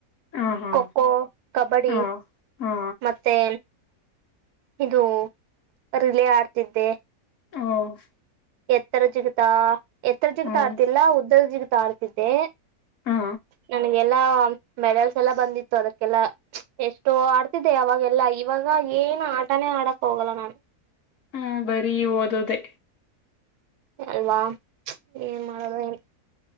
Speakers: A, on the left; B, on the right.
A: ಹಾ ಹಾ
B: ಖೋ ಖೋ ಕಬಡ್ಡಿ
A: ಹಾ ಹಾ
B: ಮತ್ತೆ ಇದು ಅ ರಿಲೆ ಆಡ್ತಿದ್ದೆ
A: ಹ್
B: ಎತ್ತರ ಜಿಗತಾ ಎತ್ತರ ಜಿಗಿತ
A: ಹ್ಮ್
B: ಆಗ್ತಿಲ್ಲ ಉದ್ದದ ಜಿಗಿತ. ಆಡ್ತಿದ್ದೆ
A: ಹಾ
B: ನನ್ಗೆಲ್ಲಾ ಮೆಡಲ್ಸ್ ಎಲ್ಲಾ ಬಂದಿತ್ತು ಅದಕ್ಕೆಲ್ಲ ಎಷ್ಟು ಆಡ್ತಿದ್ದೆ ಅವಾಗೆಲ್ಲಾ ಇವಾಗ ಏನು ಆಟಾನೇ ಆಡಕ್ ಹೋಗಲ್ಲ ನಾನು.
A: ಹ್ಮ ಬರಿ ಓದೋದೇ.
B: ಅಲ್ವಾ ಏನ್ ಮಾಡದ ಏನ್